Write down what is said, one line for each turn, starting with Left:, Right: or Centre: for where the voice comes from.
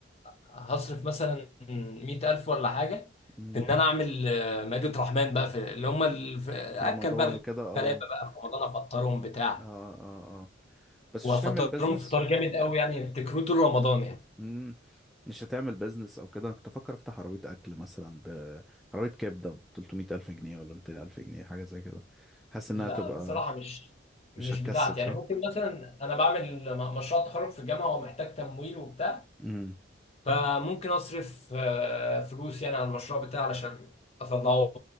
Left: هصرف مثلا 100000 ولا
Centre: <laughs>
Left: حاجة
Centre: امم
Left: في ان انا اعمل آه، مائدة رحمن بقى في اللي هم ال- في-
Centre: في رمضان
Left: اكل بقى
Centre: وكده اه
Left: الغلابة بقى في رمضان افطرهم بتاع
Centre: اه اه اه بس
Left: وافطرهم
Centre: مش هتعمل بيزنس
Left: فطار جامد قوي يعني يفتكروه طول رمضان يعني
Centre: امم مش هتعمل بيزنس او كده انا كنت افكر افتح عربيه اكل مثلا ب عربيه كبده ب 300 الف جنيه ولا 200 الف جنيه حاجه زي كده حاسس انها
Left: لا
Centre: تبقى
Left: بصراحة مش مش
Centre: مش هتكسب
Left: بتاعتي
Centre: صح
Left: يعني ممكن مثلا انا بعمل م- مشروع تخرج في الجامعة ومحتاج تمويل وبتاع
Centre: امم
Left: فممكن أصرف آه، فلوس يعني على المشروع بتاعي علشان أطلعه